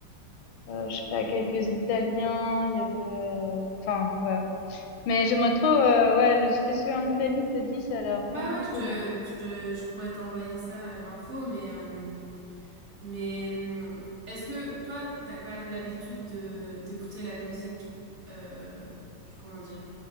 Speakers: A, on the left; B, on the right.
A: euh, je sais pas, quelques Italiens, il y avait, euh, enfin, ouais. Mais j'aimerais trop, euh, ouais, le festival en Italie que t'as dit, ça a l'air vraiment
B: Ouais, ouais, je te,
A: cool. hein.
B: je te, je pourrais t'envoyer ça, euh, l'info, mais... euh, Mais hum, est-ce que toi, t'as quand même l'habitude de d'écouter la musique, euh, comment dire,